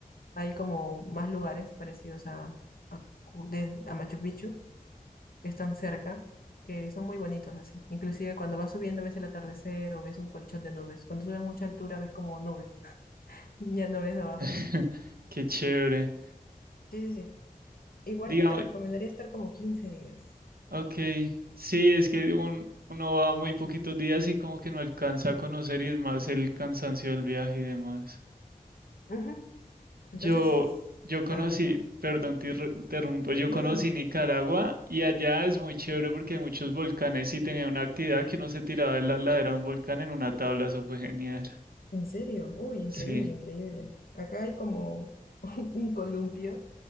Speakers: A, on the left; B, on the right.
A: Hay como más lugares parecidos a, a, Cu- de- a Machu Picchu, que están cerca, que son muy bonitos así. Inclusive cuando vas subiendo ves el atardecer o ves un colchón de nubes. Cuando subes mucha altura ves como nubes, <laughs> ya no ves abajo.
B: <laughs> Qué chévere.
A: Sí, sí, sí. Igual
B: Digamos,
A: te recomendaría estar como quince días.
B: Ok, sí, es que un- uno va muy poquitos días y como que no alcanza a conocer y es más el cansancio del viaje y demás.
A: Ujú. Entonces,
B: Yo, yo conocí,
A: a ver,
B: perdón, te irru- interrumpo, yo
A: no,
B: conocí
A: no, no.
B: Nicaragua y allá es muy chévere porque hay muchos volcanes y tenía una actividad que uno se tiraba de la ladera de un volcán en una tabla, eso fue genial.
A: ¿En serio? Uy, increíble,
B: Sí,
A: increíble. Acá hay como <laughs> un columpio